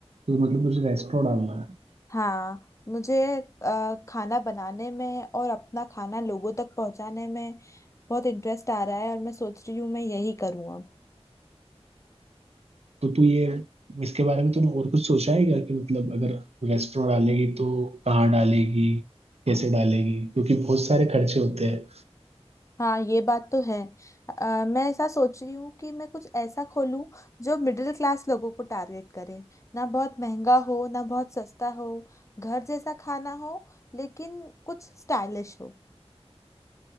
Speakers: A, on the right; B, on the left.
A: तो मतलब तुझे रेस्टोरेंट डालना
B: हाँ मुझे अ, खाना बनाने में और अपना खाना लोगों तक पहुंचाने में बहुत इंटरेस्ट आ रहा है और मैं सोच रही हूँ मैं यही करूँ अब
A: तो तू ये इसके बारे में तूने और कुछ सोचा है क्या कि मतलब अगर रेस्टोरेंट डालेगी तो कहाँ डालेगी कैसे डालेगी क्योंकि बहुत सारे खर्चे होते हैं
B: हाँ ये बात तो है अ, मैं ऐसा सोच रही हूँ कि मैं कुछ ऐसा खोलूँ जो मिडिल क्लास लोगों को टारगेट करे ना बहुत महंगा हो ना बहुत सस्ता हो घर जैसा खाना हो लेकिन कुछ स्टाइलिश हो